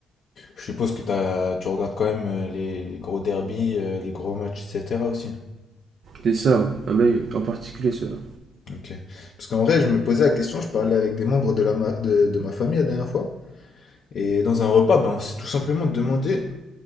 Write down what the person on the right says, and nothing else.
C'est ça, ouais. Ah bah oui, en particulier ceux-là.